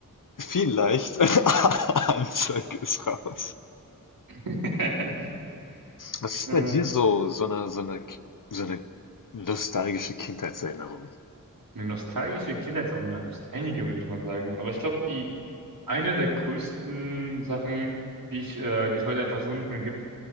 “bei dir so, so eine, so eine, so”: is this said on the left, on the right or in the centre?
Left